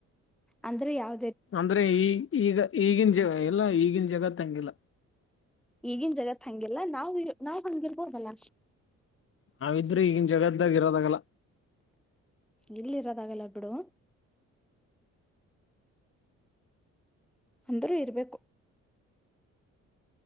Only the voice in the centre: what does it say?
ಅಂದ್ರೆ ಯಾವ
ಈಗಿನ್ ಜಗತ್ ಹಂಗಿಲ್ಲ ನಾವು. ನಾವ್ ಹಂಗಿರಬಹುದಲ್ಲ
ಇಲ್ಲಿ ಇರೋದಾಗಲ್ಲ ಬಿಡು ಅಂದ್ರೂ ಇರ್ಬೇಕು